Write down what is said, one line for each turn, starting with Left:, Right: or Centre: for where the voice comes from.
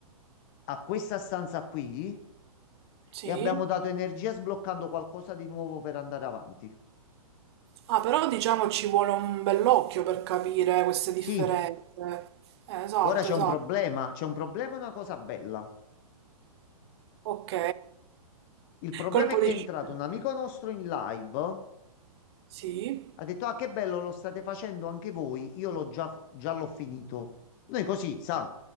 Left: a questa stanza qui
Right: Sì.
Left: e abbiamo dato energia sbloccando qualcosa di nuovo per andare avanti.
Right: Ah, però diciamo ci vuole un bell'occhio per capire queste
Left: Sì,
Right: differenze. Eh, esatto,
Left: ora c'è
Right: esatto.
Left: un problema, c'è un problema e una cosa bella.
Right: Ok.
Left: Il problema
Right: Colpo
Left: è che
Right: di
Left: è entrato
Right: scena.
Left: un amico nostro in live,
Right: Sì.
Left: ha detto, ah, che bello, lo state facendo anche voi, io l'ho già, già l'ho finito. Noi così, sa,